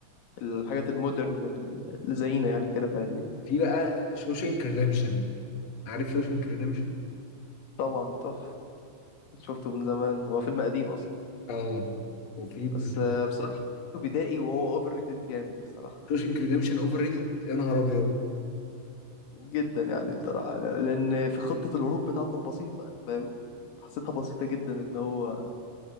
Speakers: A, on the left; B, on the left.
A: الحاجات المودرن ال- اللي زينا يعني كده فاهمني
B: في بقى شوشنك ريديمشن عارف شوشنك ريديمشن
A: طبعا تحفه شفته من زمان هو فيلم قديم اصلا
B: اه وفي برشلونة
A: بس آه، بصراحه شفته بدائي وهو اوفر ريتد جامد بصراحه
B: شوشنك ريديمشن اوفر ريتد يا نهار ابيض
A: جدا يعني بصراحه لان في خطه الهروب بتاعته بسيطه يعني فاهم حسيتها بسيطه جدا ان هو